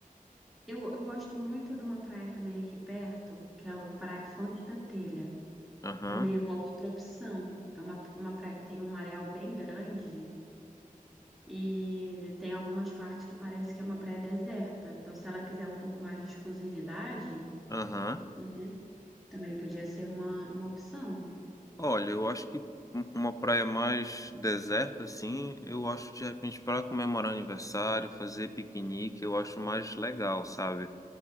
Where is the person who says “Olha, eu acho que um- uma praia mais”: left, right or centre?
Left